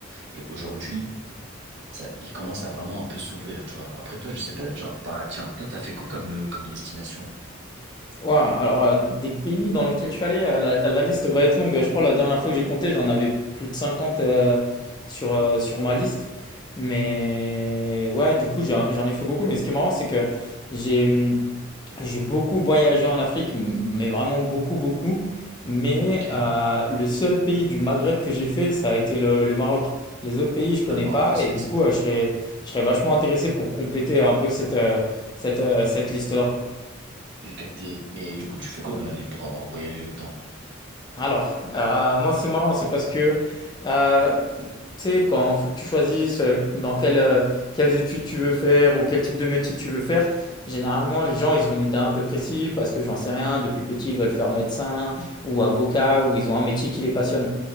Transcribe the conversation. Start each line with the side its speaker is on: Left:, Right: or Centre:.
Right: Et aujourd'hui, ça, il commence à vraiment un peu s'ouvrir, tu vois. Après, toi, je sais pas, genre, bah, tiens, toi, t'as fait quoi comme, euh, comme destination?
Left: Ouah, alors, euh, des pays dans lesquels je suis allé, euh, la, la liste va être longue. Je crois la dernière fois que j'ai compté, j'en avais plus de 50 euh, sur, euh, sur ma liste. Mais ouais, du coup, j'en j'en ai fait beaucoup. Mais ce qui est marrant, c'est que j'ai, hum, J'ai beaucoup voyagé en Afrique, m- mais vraiment beaucoup, beaucoup. Mais
Right: Ok. Là,
Left: euh, le seul pays du Maghreb que j'ai fait, ça a été le, le Maroc. Les autres pays, je connais
Right: le Maroc,
Left: pas.
Right: ouais, c'est,
Left: Et du
Right: c'est
Left: coup,
Right: beaucoup.
Left: euh, je serais, je serais vachement intéressé pour compléter un peu cette, euh, cette, euh, cette liste-là.
Right: J'ai capté. Mais du coup, tu fais quoi dans la vie pour avoir voyagé autant?
Left: Alors, euh, moi, c'est marrant. C'est parce que euh, tu sais, quand faut que tu choisisses euh, dans quelle, euh, quelles études tu veux faire ou quel type de métier tu veux faire, généralement, les gens, ils ont une idée un peu précise parce que j'en sais rien, depuis petit, ils veulent faire médecin ou avocat ou ils ont un métier qui les passionne.